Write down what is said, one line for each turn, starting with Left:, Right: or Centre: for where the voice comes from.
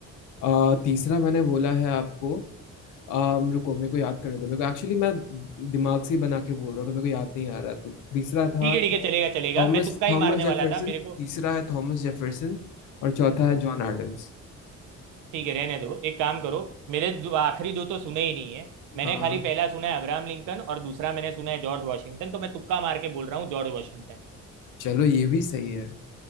Left: आ, तीसरा मैंने बोला है आपको अम, रुको मेरे को याद करने दो मेरे को एक्चुअली मैं दिमाग से ही बना के बोल रहा हूँ तो मेरे को याद नहीं आ रहा तो तीसरा था
Right: ठीक है ठीक है चलेगा चलेगा
Left: थॉमस
Right: मैं तुक्का ही
Left: थॉमस
Right: मारने
Left: जेफरसन
Right: वाला था मेरे को
Left: तीसरा है थॉमस जेफरसन और चौथा है
Right: हाँ
Left: जॉन एडम्स
Right: ठीक है रहने दो एक काम करो मेरे दो आखिरी दो तो सुने ही नहीं है मैंने
Left: हाँ
Right: खाली पहला सुना है अब्राहम लिंकन और दूसरा मैंने सुना है जॉर्ज वाशिंगटन तो मैं तुक्का मार के बोल रहा हूँ जॉर्ज वाशिंगटन
Left: चलो ये भी सही है